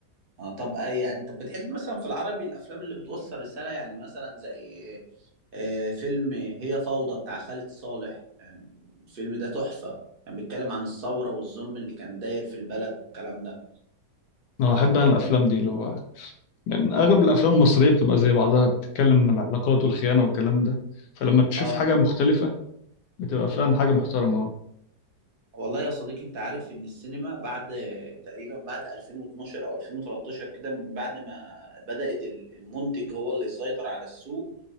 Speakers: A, on the right (about 40°); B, on the left (about 75°).
A: اه طب آه، يعني طب بتحب مثلا في العربي الافلام اللي بتوصل رساله يعني مثلا زي آه، فيلم هي فوضى بتاع خالد صالح يعني الفيلم ده تحفه كان بيتكلم عن الثوره والظلم اللي كان داير في البلد والكلام ده
B: أنا أحب أنا الأفلام دي اللي هو يعني
A: اه
B: أغلب الأفلام المصرية بتبقى زي بعضها بتتكلم عن العلاقات والخيانة والكلام ده فلما تشوف
A: اه
B: حاجة مختلفة بتبقى فعلا حاجة محترمة
A: والله يا صديقي انت عارف ان السينما بعد تقريبا بعد 2012 او 2013 كده من بعد ما بدأت ال- المنتج هو اللي يسيطر على السوق